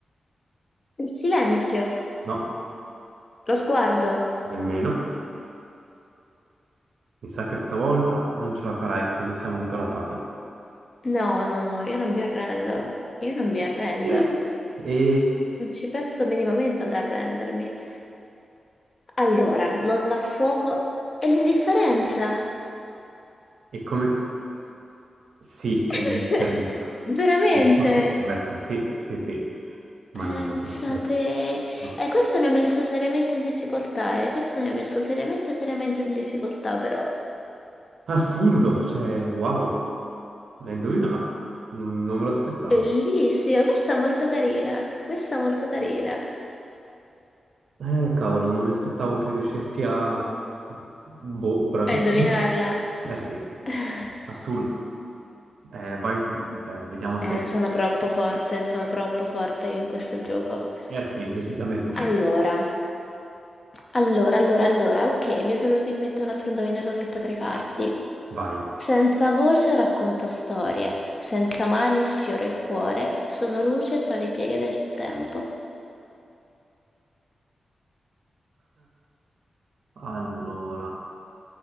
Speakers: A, on the left (about 25°); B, on the right (about 70°).
A: Il silenzio,
B: No,
A: lo sguardo.
B: nemmeno. Mi sa che stavolta non ce la farai, così siamo ancora pari.
A: No, no, no, io non mi arrendo. Io non mi arrendo.
B: <laughs> E
A: Non ci penso minimamente ad arrendermi. Allora, non ha fuoco è l'indifferenza.
B: E come... Sì,
A: <laughs>
B: è l'indipendenza.
A: Veramente?
B: Risposta corretta, sì, sì, sì. Mannaggia.
A: Pensate.
B: eh. Ass-
A: E questo mi ha messo seriamente in difficoltà, eh. Questo mi ha messo seriamente, seriamente in difficoltà, però.
B: Assurdo, cioè, wow, l'hai indovinato. Non, non me lo aspettavo.
A: Bellissima, questa è molto carina, questa è molto carina.
B: Eh, cavolo, non mi aspettavo che riuscissi a... Boh, bravissimo.
A: A indovinarla.
B: Eh sì,
A: <laughs>
B: assurdo. Eh, vai tu, eh, vediamo
A: Eh,
B: se...
A: sono troppo forte, sono troppo forte io in questo gioco.
B: Eh sì, decisamente.
A: Allora, allora, allora, allora, ok, mi è venuto in mente un altro indovinello che potrei farti.
B: Vai.
A: Senza voce racconto storie, senza mani sfioro il cuore, sono luce tra le pieghe del tempo.
B: Allora,